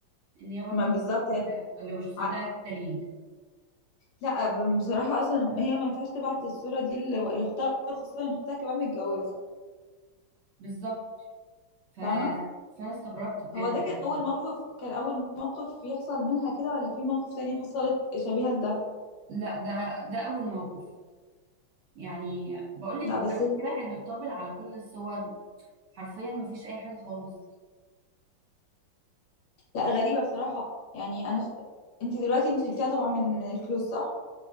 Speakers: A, on the right; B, on the left.
A: ان هي برضو
B: ما بالظبط
A: بت...
B: يعني
A: لو مش مصدقه
B: ع-
A: هجيب دليل
B: لا ب- بصراحة اصلا هي ما ينفعش تبعت الصورة دي ل- لاختها خاصة ان اختها كمان متجوزة
A: بالظبط ف...
B: فاهمة
A: فانا استغربت بجد
B: هو ده
A: يعني
B: كان اول موقف كان اول موقف يحصل منها كده ولا في موقف تاني حصلت شبيهة لده
A: لا ده ده اول موقف يعني بقول لك
B: لا بس
A: قبل كده كانت بتطبل على كل الصور حرفيا ما فيش اي حاجه خالص
B: لا غريبة بصراحة يعني انا ش... انت دلوقتي انت شلتيها طبعا من من الكلوز صح